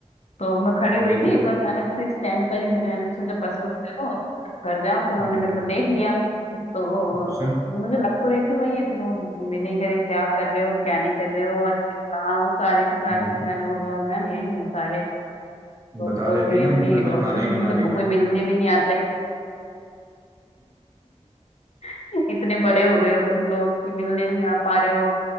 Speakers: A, on the left; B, on the right.
A: तो मैं खड़ी
B: वही
A: हुई थी
B: तो
A: तो अचानक से स्टैंड पर ही मैंने सोचा बस बस ले दो अब घर जाऊं तो उन्होंने
B: हम्म
A: मेरे को देख लिया तो
B: अच्छा
A: मुझे लग तो रही थी वही है फिर वो भी नहीं करे क्या कर रहे हो क्या नहीं कर रहे हो आजकल कहाँ हो सारे के सारे
B: हम्म
A: तो मैंने बोला मैम यही है सारे तो
B: बता
A: बोल
B: देती
A: रही है
B: ना
A: कि
B: कि मैं
A: अब
B: तो खाना
A: तो
B: ही
A: किसी
B: बना
A: से
B: रही हूँ मैडम
A: कोई मिलने भी नहीं आता इतने <laughs> इतने बड़े हो गए हो तुम लोग कि मिलने नहीं आ पा रहे हो